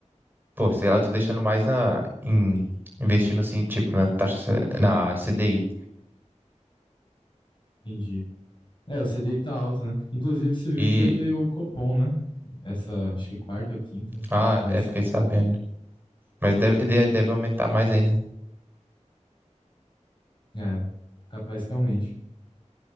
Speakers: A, on the right; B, on the left.
A: pô, sei lá, eu tô deixando mais na, em- investindo assim, tipo, na taxa, C- na CDI.
B: entendi. É, o C CDI tá alto, né? Inclusive, você viu
A: E,
B: que vai ter o Copom, né? Essa, acho que quarta ou quinta
A: ah,
B: vai
A: é,
B: ser.
A: fiquei sabendo. Mas deve, de- deve aumentar mais ainda.
B: É, capaz que aumente.